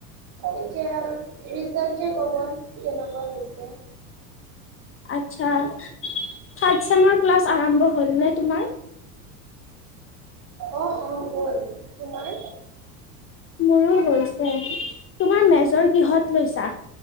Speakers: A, on the right; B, on the left.
A: এতিয়া ৰিজাল্টে ক'ব কেনেকুৱা হৈছে।
B: আত্চ্ছা থাৰ্ড চেমৰ ক্লাছ আৰম্ভ হ'লনে তোমাৰ?
A: অ অ হ'ল। তোমাৰ?
B: মোৰো হৈছে। তোমাৰ মেজৰ কিহত লৈছা?